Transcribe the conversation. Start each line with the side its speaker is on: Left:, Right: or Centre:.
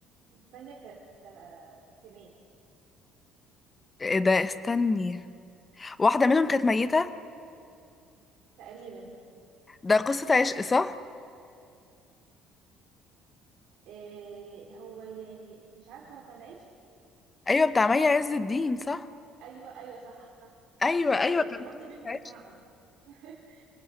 Right: والتانية كانت آه، بتنيس
Left: ايه ده استني واحدة منهم كانت ميتة
Right: تقريبا
Left: ده قصة عشق صح؟
Right: آه، هو يعني مش عارفة هو كان عايش
Left: أيوة بتاع مي عز الدين صح؟
Right: أيوه أيوه صح صح
Left: أيوة أيوة
Right: آه، اتلخبطت
Left: كانت قصة
Right: بينه وبين
Left: عشق
Right: وعد <laughs>